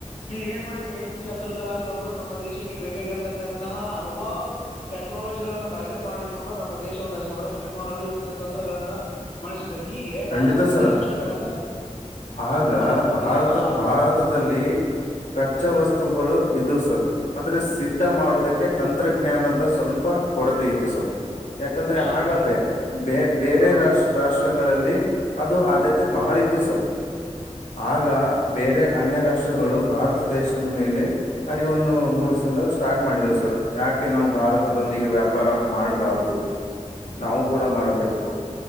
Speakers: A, on the left; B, on the left.
A: ಇಲ್ಲಿ ಏನ್ ಮಾಡಿದ್ರೆ ಎಪಿ ಜಿ ಅಬ್ದುಲ್ ಕಲಾಂ. ಅವ ನಮ್ಮ ದೇಶಕ್ಕೆ ಬೇಕಾಗಿರತಕ್ಕಂತಹ ಹಲವಾರು ಟೆಕ್ನಾಲಜಿಗಳನ್ನು ಬಳಕೆ ಮಾಡಿಕೊಂಡು ನಮ್ಮ ದೇಶವನ್ನು ಸಂರಕ್ಷಣೆ ಮಾಡಲು ಯುದ್ಧದ ತಂತ್ರಗಳನ್ನು ಬಳಸ. ಅ್ರೆ ಹೀಗೆ
B: ಖಂಡಿತ
A: ನಾನಾ ರೀತಿ
B: ಸರ್
A: ಅಂಶಗಳಗಳನ್ನು
B: ಆಗ
A: ಅವರ ಕೊಡುಗೆ
B: ಭಾರತ
A: ಅಪಾರವಾದದ್ದು
B: ಭಾರತದಲ್ಲಿ ಕಚ್ಚಾ ವಸ್ತುಗಳು ಇದು ಸರ್. ಆದ್ರೆ ಸಿದ್ಧ ಮಾಡುದಕ್ಕೆ ತಂತ್ರಜ್ಞಾನದ ಸ್ವಲ್ಪ. ಕೊರತೆ ಇತ್ತು ಸರ್ ಯಾಕಂದ್ರೆ
A: ಅವಶ್ಯಕತೆ
B: ಆಗ ಬ
A: ಇತ್ತು
B: ಬ ಬೇರೆ
A: ಅವ್ರ
B: ರಾಷ್ಟ ರಾಷ್ಟ್ರ. ಗಳಲ್ಲಿ. ಅದು ಆದ್ಯತೆ ಬಹಳ ಇತ್ತು ಸರ್. ಆಗ ಬೇರೆ ಅನ್ಯ ರಾಷ್ಟ್ರ. ಗಳು ಭಾರತ ದೇಶದ ಮೇಲೆ ಅರಿವನ್ನು ಮೂಡಿಸದ ಸ್ಟಾರ್ಟ್ ಮಾಡಿದವು ಸರ್ ಯಾಕೆ ನಾವು ಭಾರತದೊಂದಿಗೆ ವ್ಯಾಪಾರ ಮಾಡಬಾರ್ದದು. ನಾವು ಕೂಡ ಮಾಡ್ಬೇಕು.